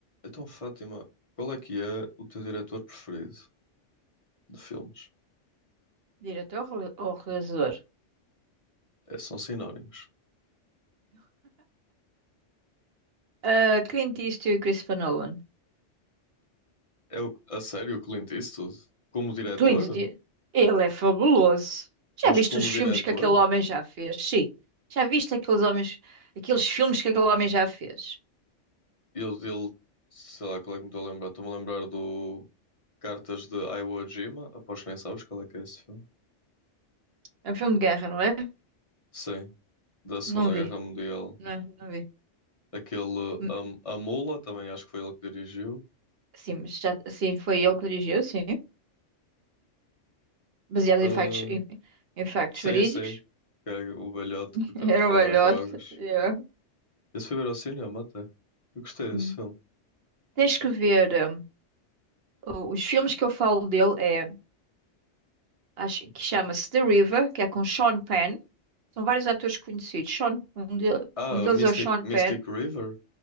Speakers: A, on the left; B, on the right.
A: Então, Fátima, qual é que é o teu diretor preferido de filmes?
B: Diretor rele- ou realizador?
A: É, são sinónimos.
B: Ah, Clint Eastwood e Christopher Nolan.
A: É o, a sério o Clint Eastwood? Como diretor?
B: Clint Eastwood, ele é fabuloso. Já
A: Mas
B: viste
A: como
B: os filmes
A: diretor?
B: que aquele homem já fez? Sim. Já viste aqueles homens, aqueles filmes que aquele homem já fez?
A: Eu dele, sei lá, qual é que me estou a lembrar? Estou-me a lembrar do Cartas de Iwo Jima. Aposto que nem sabes qual é que é esse filme.
B: É um filme de guerra, não é?
A: Sim, da Segunda
B: Não vi.
A: Guerra Mundial.
B: Não, não vi.
A: Aquele
B: Hum,
A: um, A Mula, também acho que foi ele que dirigiu.
B: Sim, mas já, sim, foi ele que dirigiu, sim. Baseado
A: Uh,
B: em factos, em, em factos
A: sim,
B: verídicos.
A: sim. Que é o velhote
B: <laughs>
A: que transportava
B: Era um velhote.
A: as drogas.
B: yeah.
A: Esse foi ver ao cinema até. Eu gostei desse
B: Hum.
A: filme.
B: Tens que ver. hum, o- Os filmes que eu falo dele é acho que chama-se The River, que é com Sean Penn. São vários atores conhecidos. Sean, um, de-
A: Ah,
B: um deles
A: Mystic,
B: é o Sean
A: Mystic
B: Penn.
A: River?